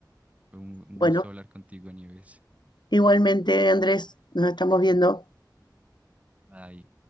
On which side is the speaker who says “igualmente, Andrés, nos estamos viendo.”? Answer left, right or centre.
Left